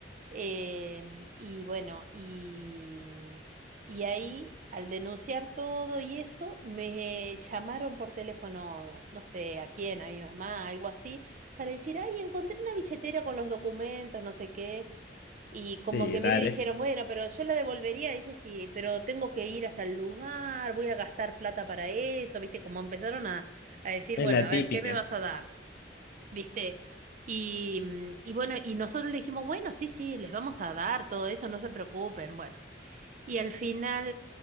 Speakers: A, on the right (about 45°); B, on the left (about 55°).
A: Em, y bueno, y, y ahí al denunciar todo y eso, me llamaron por teléfono, no sé a quién, a mi mamá, algo así, para decir, ay, encontré una billetera con los documentos, no sé qué. Y como
B: Sí,
A: que
B: dale.
A: medio dijeron, bueno, pero yo la devolvería, dice, sí, pero tengo que ir hasta el lugar, voy a gastar plata para eso, ¿viste? Como empezaron a, a decir,
B: Es
A: bueno,
B: la
A: a ver,
B: típica.
A: ¿qué me vas a dar? ¿Viste? Y, mm, y bueno, y nosotros le dijimos, bueno, sí, sí, les vamos a dar todo eso, no se preocupen, bueno. Y al final,